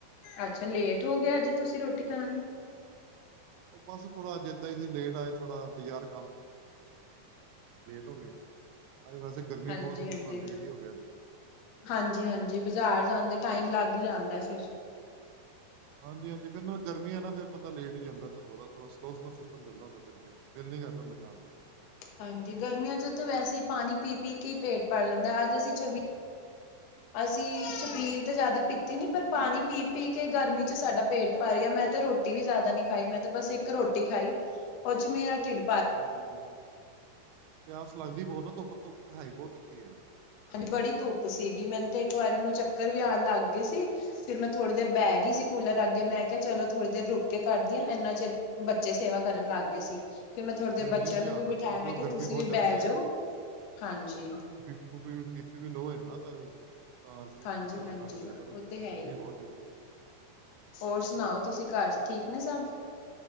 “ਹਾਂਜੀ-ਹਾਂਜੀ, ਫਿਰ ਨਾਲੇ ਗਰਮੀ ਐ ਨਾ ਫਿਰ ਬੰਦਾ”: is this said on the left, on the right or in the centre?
Right